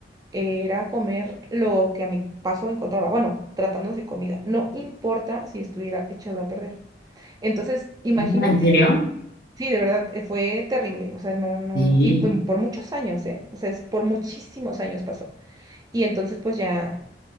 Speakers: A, on the right; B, on the left.
A: era comer lo que a mi paso encontraba. Bueno, tratándose de comida. No importa si estuviera echado a perder. Entonces, imagínate,
B: Ah, ¿en serio?
A: sí, de verdad, eh, fue terrible. O sea, no, no.
B: Sí.
A: Y bueno, por muchos años, ¿eh? O sea, es por muchísimos años pasó. Y entonces, pues ya.